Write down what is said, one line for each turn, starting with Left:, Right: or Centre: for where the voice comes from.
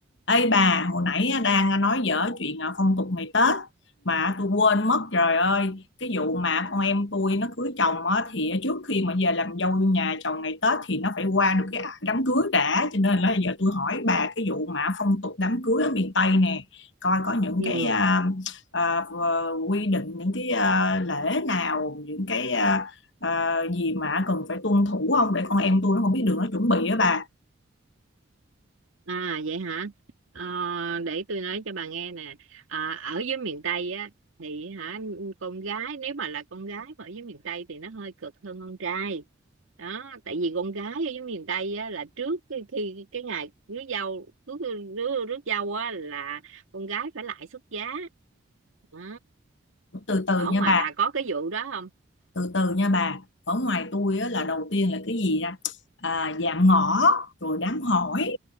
Left: Ê bà, hồi nãy đang nói dở chuyện à, phong tục ngày Tết mà tôi quên mất trời ơi cái vụ mà con em tôi nó cưới chồng á, thì trước khi mà về làm dâu nhà chồng ngày Tết thì nó phải qua được cái đám cưới đã cho nên là giờ tôi hỏi bà cái vụ mà phong tục đám cưới ở miền Tây nè coi có những
Right: ừ
Left: cái à, à, quy định những cái à, lễ nào những cái à, à, gì mà cần phải tuân thủ không để con em tôi nó không biết đường nó chuẩn bị á bà
Right: À vậy hả? Ờ, để tôi nói cho bà nghe nè. À, ở dưới miền Tây á thì hả con gái nếu mà là con gái mà ở dưới miền Tây thì nó hơi cực hơn con trai. Đó, tại vì con gái ở dưới miền Tây á là trước khi, khi cái ngày rước dâu, rước rước rước dâu á là con gái phải lại xuất giá. Đó.
Left: từ từ
Right: Ở
Left: nha
Right: ngoài
Left: bà
Right: bà có cái vụ đó không?
Left: từ từ nha bà ở ngoài tôi á, là đầu tiên là cái gì ra à, dạng ngõ rồi đám hỏi